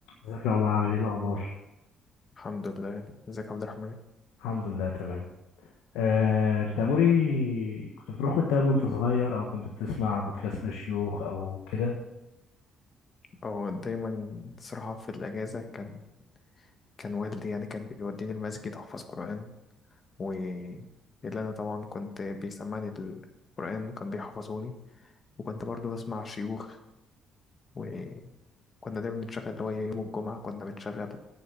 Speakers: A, on the left (about 80°); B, on the left (about 40°).
A: ازيك يا عمر عامل ايه الاخبار
B: الحمد لله ازيك يا عبد الرحمن
A: الحمد لله تمام آه، انت يا موري كنت بتروح كتاب وانت صغير او كنت بتسمع بودكاست للشيوخ او كده
B: اه دايما صراحة في الأجازة كان كان والدي يعني كان بيوديني المسجد أحفظ قرآن و اللي أنا طبعا كنت بيسمعني القرآن وكان بيحفظوني وكنت برضو بسمع شيوخ وكنا دايما بنشغل اللي هو يوم الجمعة كنا بنشغل